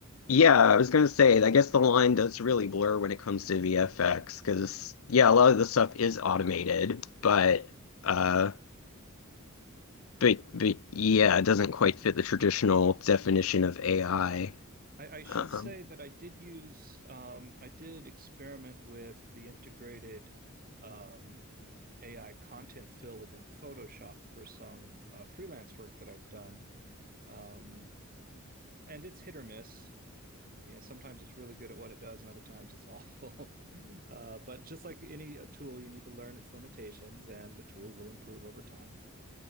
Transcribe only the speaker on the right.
I, I should
say that I did use um, I did experiment with the integrated um, AI content fill within Photoshop for some uh, freelance work that I've done, um, and it's hit or miss. uh, you know, sometimes it's really good at what it does, and other times it's awful. <laughs> Uh, but just like any uh, tool, you need to learn its limitations, and the tool will improve over time.